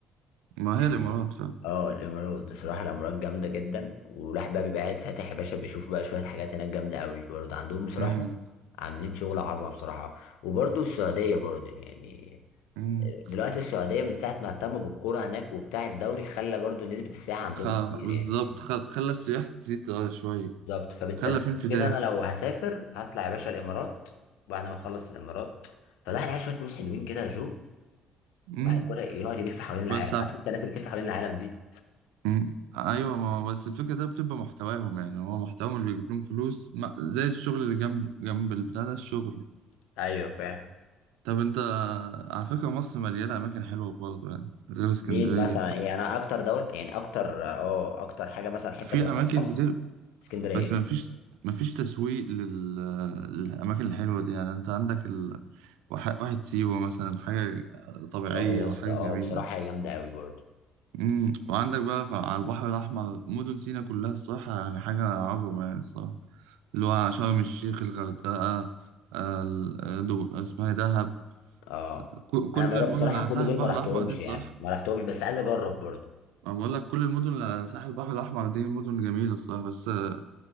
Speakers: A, on the right; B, on the left.
A: ما
B: يعني
A: هي الإمارات فعلا
B: اه الإمارات بصراحة الإمارات جامدة جدا والواحد بقى بيبقى قاعد فاتح يا باشا بيشوف بقى شوية حاجات هناك جامدة قوي برضه عندهم بصراحة
A: مم.
B: عاملين شغل عظمة بصراحة وبرضه السعودية برضه يعني
A: مم.
B: دلوقتي السعودية من ساعة ما اهتموا بالكورة هناك وبتاع الدوري خلى برضه نسبة السياحة عندهم
A: خ...
B: كتير
A: بالظبط
B: يعني فاهم.
A: خ... خلى السياح تزيد اه شوية
B: بالظبط فبالترتيب
A: خلى في انفتاح
B: كده انا لو هسافر هطلع يا باشا الامارات وبعد ما اخلص الامارات فالواحد عايز شويه فلوس حلوين كده يا جو
A: مم.
B: واحد كده يقعد يلف حوالين العالم
A: بس عف...
B: عارف انت الناس اللي بتلف حوالين العالم دي
A: مم. ايوه ما هو بس الفكرة ده بتبقى محتواهم يعني هو محتواهم اللي بيجيب لهم فلوس ما... زي الشغل اللي جنب جنب البتاع ده الشغل
B: <laughs> ايوه فاهم
A: طب انت على فكرة مصر مليانة أماكن حلوة برضه يعني غير اسكندرية
B: مين مثلا ايه انا اكتر دوله يعني اكتر اه اكتر حاجه مثلا حته
A: ففي
B: بروحها
A: أماكن
B: في مصر
A: كتير
B: اسكندريه
A: بس مفيش مفيش تسويق لل... للأماكن الحلوة دي يعني انت عندك ال... واحد واحد سيوة مثلا حاجة طبيعية
B: اه يا
A: وحاجة
B: اسطى اه
A: جميلة
B: بصراحه هي جامده قوي برضه
A: امم وعندك بقى ف- على البحر الأحمر مدن سيناء كلها الصراحة يعني حاجة عظمة يعني الصراحة اللي هو شرم الشيخ الغردقة آه، ال- دو- اسمها إيه، دهب
B: اه
A: ك- كل
B: انا مرة
A: المدن
B: بصراحه
A: اللي على
B: كل
A: ساحل
B: دول
A: البحر
B: ما رحتهمش
A: الأحمر دي الصراحة
B: يعني ما رحتهمش بس عايز اجرب برضه
A: ما بقول لك كل المدن اللي على ساحل البحر الأحمر دي مدن جميلة الصراحة بس آه،